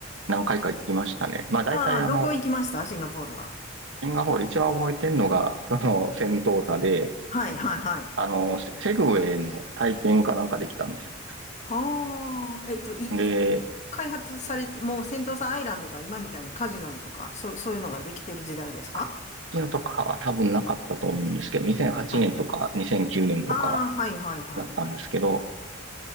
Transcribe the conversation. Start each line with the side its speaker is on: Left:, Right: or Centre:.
Right: 何回か行きましたね。まあ、大体あの、
Left: ああ、どこ行きましたシンガポールは。
Right: シンガポール一番覚えてるのが、その、戦闘車で、
Left: はい、はい、はい。
Right: あの、セセグウェイの体験かなんかできたんです。
Left: はあ、えっと、い、
Right: で、
Left: 開発されて、もうセントサアイランドが今みたいにカジノとか、そう、そういうのができてる時代ですか
Right: あ、のとかは多分なかったと思うんですけど、2008年とか2009年とか、
Left: はい。ああ、はい、はい、はい、
Right: だったんですけど、
Left: はい。